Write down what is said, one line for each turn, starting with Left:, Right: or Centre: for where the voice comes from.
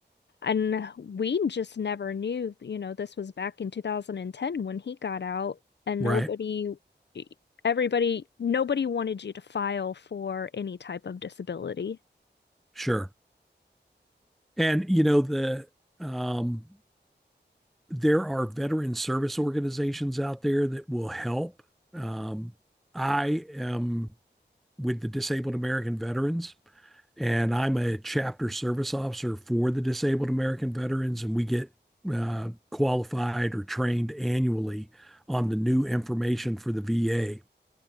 Left: And we just never knew, you know, this was back in 2010 when he got out, and
Centre: Right.
Left: nobody, e, everybody, nobody wanted you to file for any type of disability.
Centre: Sure. And, you know, the, um, there are veteran service organizations out there that will help. Um, I am with the Disabled American Veterans, and I'm a chapter service officer for the Disabled American Veterans, and we get uh, qualified or trained annually on the new information for the VA.